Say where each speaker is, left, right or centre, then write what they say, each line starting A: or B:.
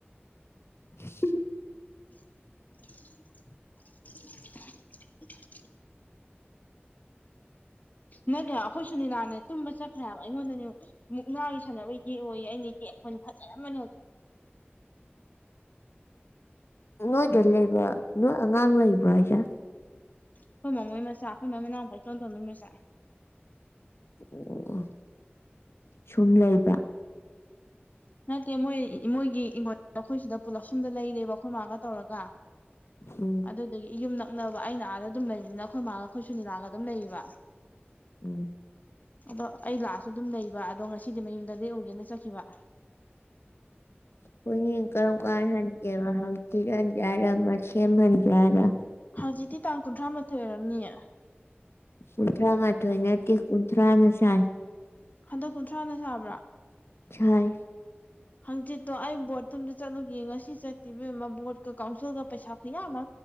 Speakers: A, on the left; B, on the left.
A: <unintelligible>
B: <inaudible> ꯅꯠꯇꯦ ꯍꯥꯏꯕ ꯑꯩꯈꯣꯏ ꯁꯨꯅꯤꯂꯥꯅ ꯇꯨꯝꯕ ꯆꯠꯈ꯭ꯔꯦꯍꯥꯏꯕ ꯑꯩꯉꯣꯟꯗꯅꯦ ꯃꯨꯛꯅꯥꯒꯤ ꯁꯥꯟꯅꯒꯤ ꯌꯦꯛꯄꯣꯌꯦ ꯑꯩꯅ ꯌꯦꯛ <unintelligible> ꯐꯖꯔꯝꯃꯅꯤ ꯍꯧꯖꯤꯛ
A: <inaudible> ꯅꯣꯏꯗ ꯂꯩꯕ ꯅꯣꯏ ꯑꯉꯥꯡ ꯂꯩꯕ꯭ꯔꯥ ꯍꯥꯏꯁꯦ
B: ꯑꯈꯣꯏ ꯃꯃꯣ ꯃꯆꯥ ꯑꯈꯣꯏ ꯃꯥ ꯃꯅꯥꯎꯅꯨꯄꯥ ꯏꯇꯣꯟ ꯇꯣꯟꯕꯒꯤ ꯃꯆꯥ
A: ꯑꯣ ꯁꯨꯝ ꯂꯩꯕ
B: ꯅꯠꯇꯦ ꯃꯣꯏ ꯃꯣꯏꯒꯤ ꯏꯡꯈꯣꯜ ꯑꯩꯈꯣꯏꯁꯤꯗ ꯄꯨꯂꯞ ꯑꯁꯣꯝꯗ ꯂꯩꯔꯦꯕ ꯑꯈꯣꯏ ꯃꯥꯒ ꯇꯧꯔꯒ
A: ꯎꯝ
B: ꯑꯗꯨꯗꯨꯒꯤ ꯌꯨꯝꯅ ꯅꯛꯅꯕ ꯑꯩꯅ ꯑꯥꯗ ꯑꯗꯨꯝ ꯂꯩꯕꯅꯤꯅ ꯑꯈꯣꯏ ꯃꯥꯒ ꯑꯈꯣꯏ ꯁꯨꯅꯤꯂꯥꯒ ꯑꯗꯨꯝ ꯂꯩꯌꯦꯕ
A: ꯎꯝ
B: ꯑꯗꯣ ꯑꯩ ꯂꯥꯛꯑꯁꯨ ꯑꯗꯨꯝ ꯂꯩꯕ ꯑꯗꯣ ꯉꯁꯤꯗꯤ ꯃꯌꯨꯝꯗ ꯂꯦꯛꯎꯒꯧꯅ ꯆꯠꯈꯤꯕ
A: ꯑꯈꯣꯏꯅꯤ ꯀꯔꯝ ꯀꯥꯟ ꯍꯟꯁꯦꯕ ꯄꯤꯛꯍꯟꯒꯦ ꯍꯥꯏꯔ ꯑꯃ ꯁꯦꯃꯍꯟꯒꯦ ꯍꯥꯏꯔ
B: ꯍꯪꯆꯤꯛꯇꯤ ꯇꯥꯡ ꯀꯨꯟꯊ꯭ꯔꯥ ꯃꯥꯊꯣꯏ ꯑꯣꯏꯔꯝꯅꯤꯌꯦ
A: ꯀꯨꯊ꯭ꯔꯥ ꯃꯥ ꯊꯣꯏ ꯅꯠꯇꯦ ꯀꯨꯟꯊ꯭ꯔꯥꯅ ꯁꯥꯏ
B: ꯍꯟꯗꯛ ꯀꯨꯟꯊ꯭ꯔꯥꯅ ꯁꯥꯕ꯭ꯔꯥ
A: ꯁꯥꯏ
B: ꯍꯪꯆꯤꯠꯇꯣ ꯑꯩ ꯕꯣꯔꯠꯇ ꯑꯃꯨꯛꯇ ꯆꯠꯂꯨꯒꯦ ꯉꯁꯤ ꯆꯠꯇꯦ ꯏꯕꯦꯝꯃ ꯕꯣꯔꯠꯀ ꯀꯥꯎꯟꯁꯤꯜꯒ ꯄꯩꯁꯥ ꯈꯨꯌꯥꯃ